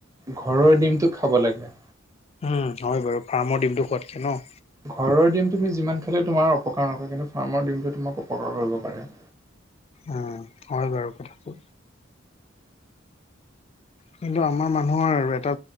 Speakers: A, on the right; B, on the left.
A: ঘৰৰ ডিমটো খাব লাগে
B: উম হয় বাৰু ফাৰ্মৰ দিমটোো খোৱাতকে ন
A: ঘৰৰ ডিম তুমি যিমান খালে তোমাৰ অপকাৰ নকৰে কিন্তু ফাৰ্মৰ ডিমটো তোমাক অপকাৰ কৰিব পাৰে
B: উম হয় বাৰু কথাটো কিন্তু আমাৰ মানুহৰ আৰু এটা